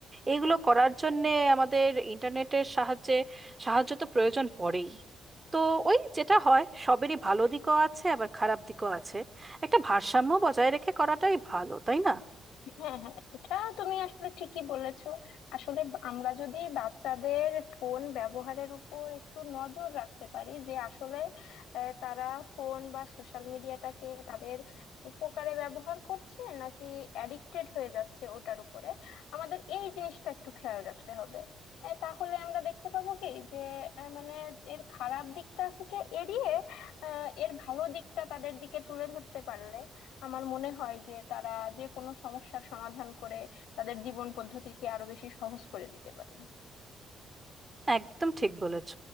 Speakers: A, on the right; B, on the left.
A: এগুলো করার জন্যে আমাদের ইন্টারনেটের সাহায্যে সাহায্য তো প্রয়োজন পড়েই তো ওই যেটা হয় সবেরই ভালো দিকও আছে আবার খারাপ দিকও আছে একটা ভারসাম্য বজায় রেখে করাটাই ভালো তাই না
B: হ্যাঁ হ্যাঁ এটা তুমি আসলে ঠিকই বলেছো আসলে বা- আমরা যদি বাচ্চাদের ফোন ব্যবহারের উপর একটু নজর রাখতে পারি যে আসলে আহ, তারা ফোন বা সোশ্যাল মিডিয়াটাকে তাদের উপকারে ব্যবহার করছে নাকি অ্যাডিক্টেড হয়ে যাচ্ছে ওটার উপরে আমাদের এই জিনিসটা একটু খেয়াল রাখতে হবে আহ, তাহলে আমরা দেখতে পাবো কি যে আহ, মানে এর খারাপ দিকটা থেকে এড়িয়ে আহ, এর ভালো দিকটা তাদের দিকে তুলে ধরতে পারলে আমার মনে হয় যে তারা যে কোনো সমস্যার সমাধান করে তাদের জীবন পদ্ধতিকে আরো বেশি সহজ করে দিতে পারবে
A: একদম ঠিক বলেছ